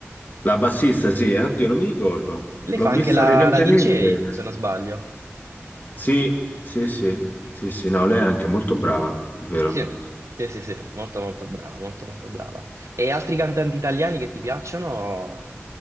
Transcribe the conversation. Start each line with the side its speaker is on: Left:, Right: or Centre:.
Left: La bassista, sì, eh, oddio, non mi ricordo.
Right: Lei
Left: L'ho
Right: fa anche
Left: vista
Right: la,
Left: recentemente.
Right: la DJ, se non sbaglio.
Left: Sì, sì, sì, sì, sì, no, lei è anche molto brava, è vero.
Right: Sì, sì, sì, sì, molto molto brava, molto molto brava. E altri cantanti italiani che ti piacciono?